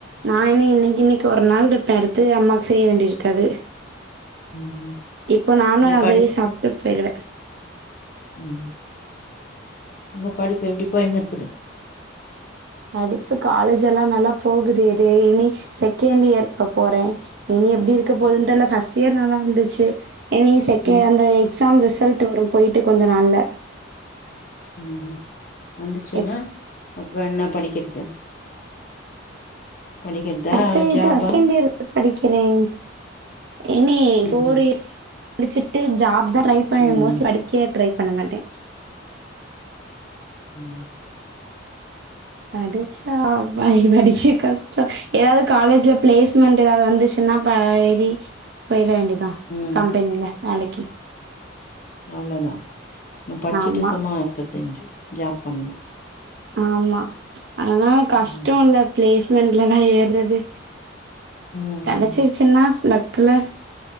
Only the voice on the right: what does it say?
நா இனி இன்னைக்கி இன்னய்க்கு ஒரு நாள் இருப்பே அடுத்து அம்மாக்கு செய்ய வேண்டியிருக்காது
இப்ப நானு
அதயே
சாப்ட்டு போயிர்வே
படிப்பு காலேஜ் எல்லா நல்லா போகுது எது இனி செகண்ட் இயர் இப்ப போறே இனி எப்டி இருக்க போதுன்னு
தெர்ல ஃபஸ்ட் இயர் நல்லா இருந்துச்சு இனி செக
அந்த எக்ஸாம் ரிசல்ட் வரும் போய்ட்டு கொஞ்ச நாள்ல
எப்-
அடுத்த
இது வ செகன்ட்டியரு படிக்கிறேன் இனி
ஃபோர்
இயர்ஸ் முடிச்சிட்டு ஜாப்தா ட்ரைப் இப்பயே
மோஸ்லி படிக்க ட்ரை பண்ண மாட்டே
படிச்சா ஃபாய் படிக்க கஷ்டோ எதாவது காலேஜ்ல ப்ளேஸ்மெண்ட்டு எதாவது வந்துச்சு ன்னா பா இறி போயிற வேண்டியதா
கம்பெனியில வேலக்கி
ஆமா
ஆமா அதா கஷ்டோல்ல
பிளேஸ்மெண்ட்லல்லா ஏர்றது
கெடச்சுருச்சுன்னா லக்குல